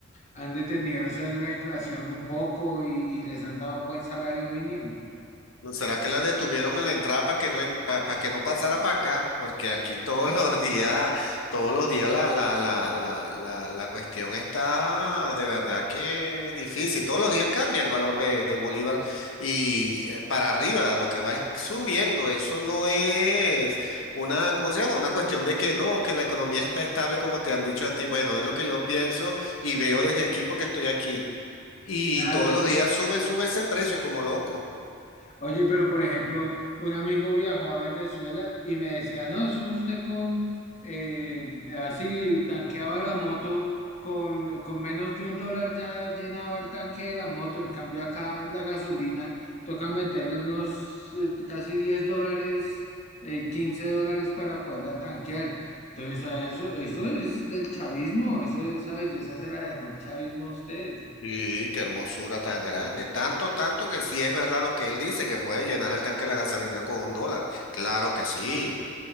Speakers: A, on the left; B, on the left.
A: han detenido eso de la inflación un poco y, y les han dado un buen salario mínimo.
B: ¿No ¿Será que la detuvieron en la entrada para que no para que no pasara para acá? Porque aquí todos <laughs> los días, todos los días la, la, la, la, la, la cuestión está de verdad que difícil. Todos los días cambia el valor de- del bolívar y eh, para arriba lo que va es subiendo. Eso no es una, ¿cómo se llama? Una cuestión de que no, que la economía está estable como te han dicho a ti. Bueno, es lo que yo pienso y veo desde aquí porque estoy aquí. Y
A: claro
B: todos los días sube, sube ese precio como loco.
A: Oye, pero por ejemplo, un amigo viajó a Venezuela y me decía, no, eso usted con, eh, así tanqueaba la moto, con, con menos de un dólar ya llenaba el tanque de la moto, en cambio acá la gasolina toca meterle unos eh, casi 10 dólares, eh, 15 dólares para poderla tanquear. Entonces, a eso, eso es del chavismo, eso, esa belleza se la dejó el chavismo a ustedes.
B: Sí, qué hermosura tan grande. Tanto, tanto que sí es verdad lo que él dice, que puede llenar el tanque de la gasolina con un dólar. Claro que sí.